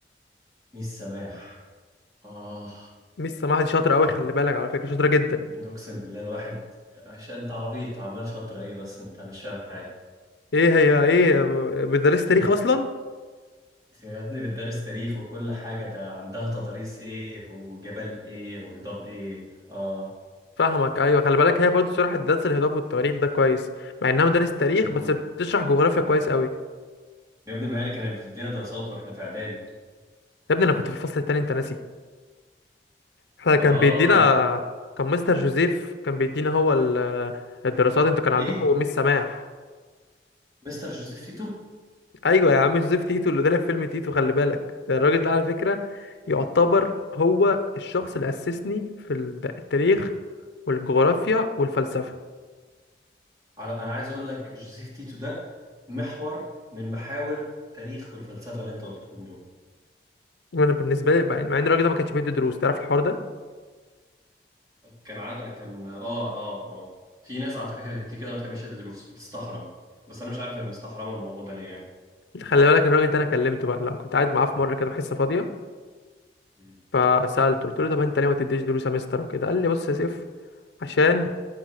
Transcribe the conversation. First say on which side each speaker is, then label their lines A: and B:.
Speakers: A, on the right; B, on the left.
A: ميس سماح اه
B: ميس سماح دي شاطرة أوي خلي بالك على فكرة شاطرة جدا
A: نقسم بالله الواحد عشان انت عبيط عمال شاطر ايه بس انت مش فاهم حاجة
B: إيه هي إيه مدرسة تاريخ أصلا
A: يا ابني بتدرس تاريخ وكل حاجة ده عندها تضاريس ايه وجبال ايه وهضاب ايه اه
B: فاهمك أيوة خلي بالك هي برضو شرحت درس الهضاب والتواريخ ده كويس مع إنها مدرسة تاريخ
A: امم
B: بس بتشرح جغرافيا كويس أوي
A: يا ابني ما هي اللي كانت بتدينا دراسات واحنا في اعدادي
B: يا ابني أنا كنت في الفصل التاني أنت ناسي إحنا كان
A: اه
B: بيدينا
A: انت ك-
B: كان مستر جوزيف كان بيدينا هو ال- الدراسات أنتوا كان عندكم
A: ايه
B: ميس سماح
A: مستر جوزيف تيتو
B: أيوة يا عم جوزيف تيتو اللي طلع في فيلم تيتو خلي بالك ده الراجل ده على فكرة يعتبر هو الشخص اللي أسسني في التاريخ والجغرافيا والفلسفة
A: على انا عايز اقول لك جوزيف تيتو ده محور من محاور التاريخ والفلسفة اللي انت قلتهم دول
B: وانا بالنسبه لي بقى مع ان الراجل ده ما كانش بيدي دروس تعرف الحوار ده
A: كان ع... كان اه اه اه في ناس على فكرة كتير كده ما بتحبش تدي دروس بتستحرم بس انا مش عارف هي مستحرمة الموضوع ده ليه يعني
B: خلي بالك الراجل ده انا كلمته بقى لا كنت قاعد معاه في مره كده في حصه فاضيه
A: مم.
B: فسالته قلت له طب انت ليه ما تديش دروس يا مستر وكده قال لي بص يا سيف عشان